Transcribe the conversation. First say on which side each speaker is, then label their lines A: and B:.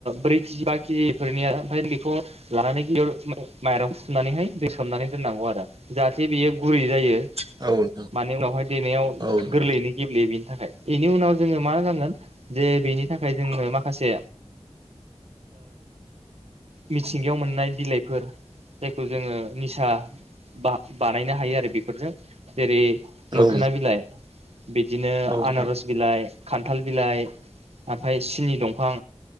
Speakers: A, on the right (about 70°); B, on the right (about 40°).
A: ब्रै केजि बा केजि फोरनिया ओमफ्राय बेखौ लानानै गिबियाव माइरं फुनानैहाय। बेसननानै दोननांगौ आरो जाहाथे बेयो गुरै जायो।
B: औ नोंथां
A: माने उनावहाय देनायाव
B: औ नोंथां
A: गोरलैयैनो गेब्लेयो बेयो। थाखाय बेनि उनाव जोङो मा जागोन जे बेनि थाखाय जोंनो माखासे। मिथिंगायाव मोननाय बिलाइफोर। जायखौ जोङो निसा बा-बानायनो हायो आरो बेफोरजो। जेरै
B: औ
A: मोखोना बिलाइ बिदिनो
B: नोंथां
A: आनारस बिलाइ। खान्थाल बिलाइ ओमफ्राय सिनि दंफां